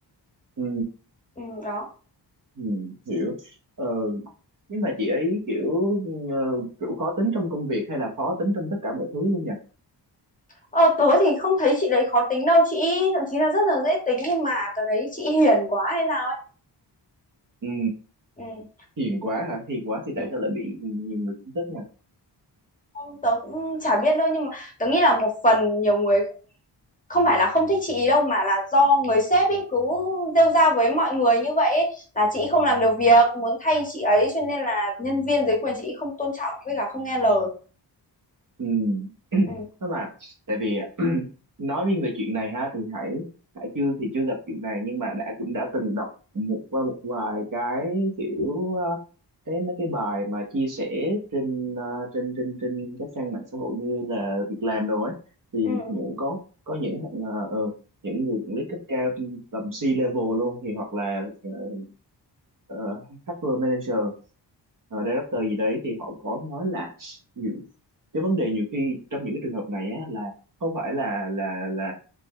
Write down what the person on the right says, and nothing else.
Ừ.
Ừ. Hiểu. Ờ, nhưng mà chị ấy kiểu ờ, kiểu khó tính trong công việc hay là khó tính trong tất cả mọi thứ luôn nhỉ?
Ừ.
Hiền quá hả? Hiền quá thì
tại sao lại bị nhiều người không thích nhỉ?
Ừ. <clears throat>
Nó mà tại vì <clears throat> nói riêng về chuyện này ha thì hãy, hãy chưa thì chưa gặp chuyện này nhưng mà đã cũng đã từng đọc một qua một vài cái kiểu ờ, cái mấy cái bài mà chia sẻ trên ờ, trên trên trên các trang mạng xã hội như là việc làm đồ ấy thì
những có có những ờ, ờ, những người quản lý cấp cao trên tầm C level luôn thì hoặc là ờ, ờ, HR manager ờ, director gì đấy thì họ có nói là những cái vấn đề nhiều khi trong những cái trường hợp này á, là không phải là là là